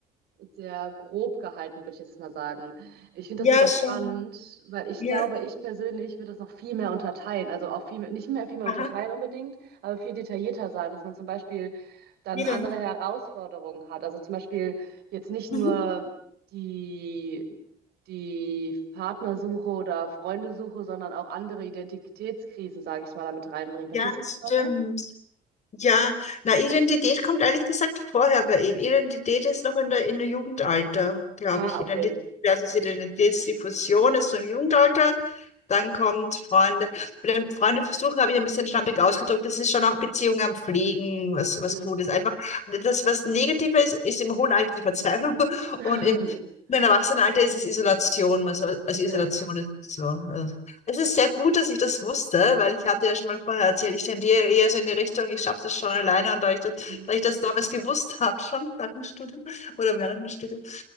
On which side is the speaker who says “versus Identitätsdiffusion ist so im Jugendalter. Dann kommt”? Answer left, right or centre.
Left